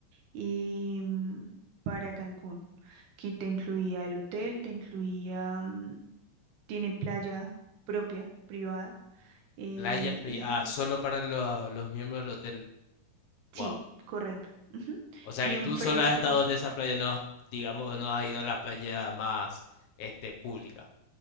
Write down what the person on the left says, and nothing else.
Playa pri-
ah, solo para los, los miembros del hotel.
Wow.
O sea
que
tú solo has estado en esa playa, no has, digamos, no has ido a la playa más, este, pública.